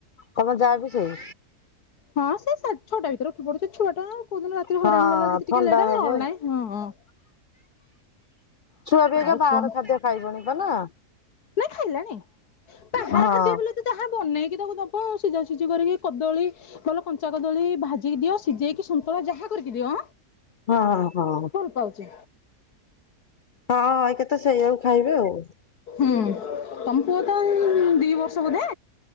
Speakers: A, on the left; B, on the left.
A: ତମ ଯା ବି ସେଇ।
B: ହଁ ସେ ସାଢ଼େ ଛଟା ଭିତରେ ଉଠି ପଡୁଛି, ଛୁଆଟା କୋଉ ଦିନ ରାତିରେ
A: ହଁ
B: ହଇରାଣ କଲା ଯଦି
A: ଥଣ୍ଡା
B: ଟିକେ ଲେଟ
A: ହବ
B: ହେ ନହେଲେ ନାଇଁ ହଁ ହଁ।
A: ଛୁଆ ବି ଏବେ
B: ଆଉ
A: ବାହାର
B: କଣ
A: ଖାଦ୍ୟ ଖାଇବଣି ପା, ନା?
B: ନାଇଁ ଖାଇଲାଣିି ବାହାର
A: ହଁ
B: ଖାଦ୍ୟ ବୋଲି ଯାହା ବନେଇକି ତାକୁ ଦବ ଆଉ, ସିଝା ସିଝି କରିକି କଦଳୀ ନହେଲେ କଞ୍ଚା କଦଳୀ ଭାଜିକି ଦିଅ ସିଝେଇକି ସନ୍ତୁଳା ଯାହା କରିକି ଦିଅ
A: ହଁ ହଁ।
B: ଖାଉଚି।
A: ହଁଁ ଏଇକେତ ସେଇଆକୁ ଖାଇବେ ଆଉ।
B: ହୁଁ ତମ ପୁଅ ତ ଦୁଇ ବର୍ଷ ବୋଧେ?